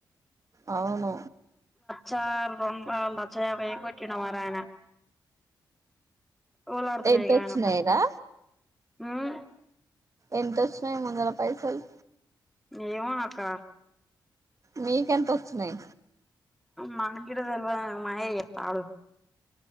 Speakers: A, on the right; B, in the centre.
A: అవును
B: చార్ రొంపాల్ దచ్చా <unintelligible> వారయానా ఓవలాడుతున్నారిగా
A: ఎంత వచ్చినాయి
B: ఆయనకు
A: రా
B: ఉమ్
A: ఎంతోచ్చినాయి ముందుర పైసల్.
B: ఏమో అక్క
A: మీకెంతోచ్చిన్నాయి.
B: మాక్ గిట్ట తెల్వదు మా అయ్యే చెప్తాడు.